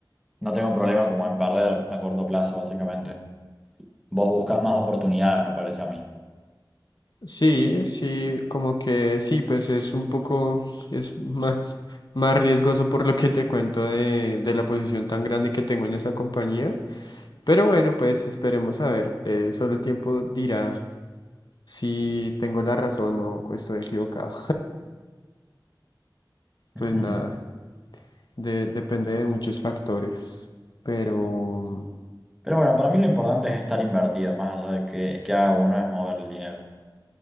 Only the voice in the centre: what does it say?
no tengo problema como en perder a corto plazo, básicamente. Vos buscas más oportunidades, me parece a mí.
<laughs>
Pero bueno, para mí lo importante es estar invertido, más allá de que, que haga uno, es mover el dinero.